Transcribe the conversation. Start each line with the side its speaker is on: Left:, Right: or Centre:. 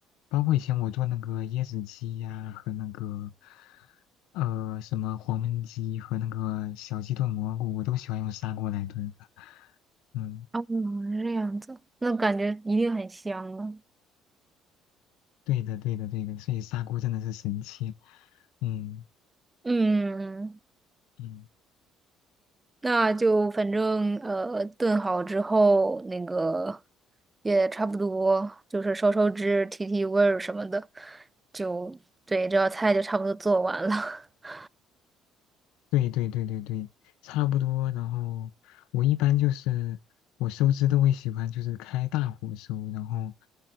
Left: 包括以前我做那个椰子鸡呀、和那个呃什么黄焖鸡和那个小鸡炖蘑菇，我都喜欢用砂锅来炖的。嗯，
Right: 嗯，这样子，那感觉一定很香啊。
Left: 对的对的对的，所以砂锅真的是神器。嗯
Right: 嗯，
Left: 嗯。
Right: 那就反正呃，炖好之后，那个也差不多，就是收收汁、提提味儿什么的，就对，这道菜就差不多做完了。<laughs>
Left: 对对对对对，差不多。然后我一般就是我收汁都会喜欢就是开大火收，然后